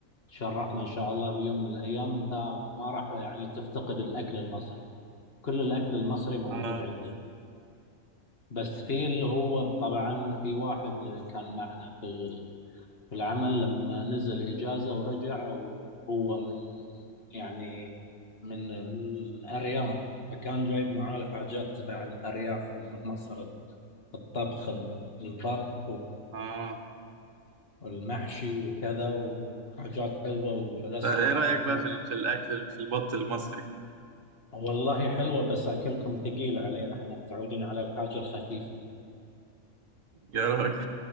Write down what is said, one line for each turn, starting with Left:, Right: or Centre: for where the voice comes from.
Left: تشرفنا ان شاء الله في يوم من الايام انت ما راح يعني تفتقد الاكل المصري كل الاكل المصري موجود
Right: اه
Left: عندنا بس في اللي هو طبعا في واحد كان معنا في في العمل لما نزل اجازة ورجع وهو من يعني من الارياف فكان جايب معاه الحاجات تبع الارياف اللي من مصر الطبخ البط
Right: اه
Left: والمحشي وكذا وحاجات حلوة وجلسنا
Right: طيب ايه رايك بقى
Left: كذا
Right: في ال- في الاكل في البط المصري
Left: والله حلوة بس أكلكم ثقيل علينا احنا متعودين على الحاجة الخفيفة
Right: يا راجل